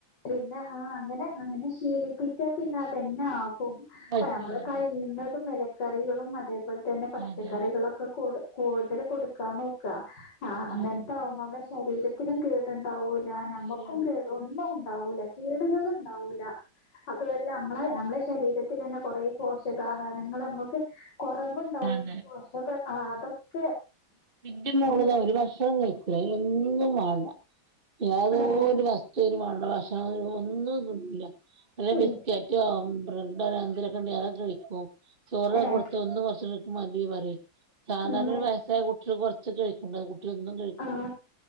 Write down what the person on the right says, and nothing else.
പറ്റും
അതെന്നെ
അതെ
അതെ
അതെ
ശരിയാണ്
അതെ
ഇന്റെ മോള്
രാവിലെ ഒരു ഭക്ഷണം പോലും കഴിക്കൂല, അയിനൊന്നും വേണ്ട യാതൊരു
വസ് <unintelligible> വേണ്ടേ ഭക്ഷണം ഒന്നും തിന്നൂല്ല. വല്ല്യ
ബിസ്‌കേറ്റോ ബ്രെഡോ അങ്ങനത്തെ എന്തെങ്കിലും ഉണ്ടെങ്കിൽ അത് അങ്ങോട്ട് കഴിക്കും, ചോറ് ഒക്കെ
കൊടുത്താൽ അന്ന്. <unintelligible> മതി പറയും സാധാരണ
ഒരു വയസ്സായ കു കൊറച്ചൊക്കെ കഴിക്കണ്ടതാ കുട്ടി ഒന്നും കഴിക്കൂല